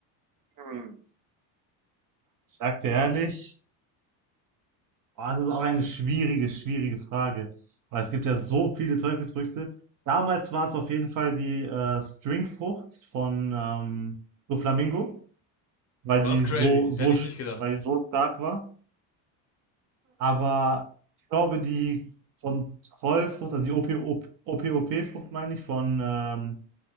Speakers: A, on the right (about 45°); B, on the left (about 35°).
A: Hm. Ich sag dir ehrlich, boah, das ist auch eine schwierige, schwierige Frage, weil es gibt ja so viele Teufelsfrüchte. Damals war es auf jeden Fall die äh, Stringfrucht von ähm, Doflamingo, weil
B: Oh, das
A: die
B: ist
A: so,
B: crazy.
A: so,
B: Hätte
A: sch-
B: ich nicht gedacht.
A: weil die so stark war. Aber ich glaube, die Kontrollfrucht, also die OPOP-Frucht, meine ich, von, ähm,